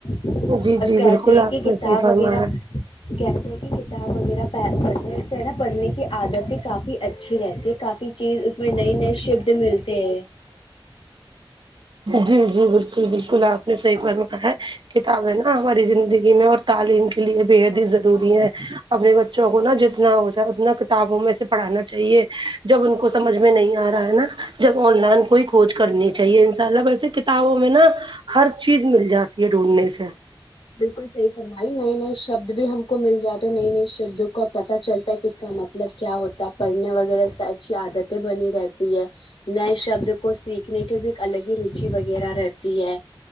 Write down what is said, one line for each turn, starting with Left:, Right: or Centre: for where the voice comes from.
Left: اور
Right: جی جی
Left: کہتے
Right: بالکل
Left: ہیں
Right: آپ
Left: کہ
Right: نے
Left: کتاب
Right: صحیح
Left: وغیرہ
Right: فرمایا
Left: کہتے ہے کہ کتاب وغیرہ پڑھنے سے ہے نا پڑھنے کی عادتیں کافی اچھی رہتی ہے کافی چیز اس میں نئے نئے شبد ملتے ہیں
Right: جی جی بالکل بالکل آپ نے صحیح فرما ہے کتاب ہے نا ہماری زندگی میں اور تعلیم کے لیے بے حد ہی ضروری ہے اپنے بچوں کو نا جتنا ہو ج اتنا کتابوں میں سے پڑھانا چاہیے جب ان کو سمجھ میں نہیں آ رہا ہے نا جب آن لائن کوئی کھوج کرنی چاہیے ان شاء اللہ ویسے کتابوں میں نا ہر چیز مل جاتی ہے ڈھونڈنے سے
Left: بالکل صحیح فرمائی نئے نئے شبد بھی ہم کو مل جاتا ہے نئے نئے شبدوں کو پتہ چلتا ہے کہ اس کا مطلب کیا ہوتا ہے پڑھنے وغیرہ سے اچھی عادتیں بنی رہتی ہے نئے شبد کو سیکھنے کے بھی ایک الگ ہی ر وغیرہ رہتی ہے